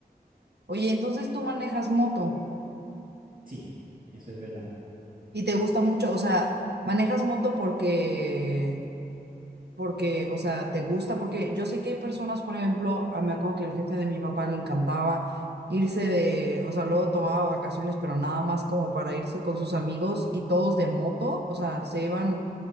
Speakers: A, on the right; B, on the right.
A: Oye, entonces tú manejas moto
B: <laughs> sí, eso es verdad.
A: y te gusta mucho, o sea, manejas moto porque, porque, o sea, te gusta, porque yo sé que hay personas, por ejemplo, ah, me acuerdo que el jefe de mi papá le encantaba irse de, o sea, luego tomaba vacaciones, pero nada más como para irse con sus amigos y todos de moto, o sea, se iban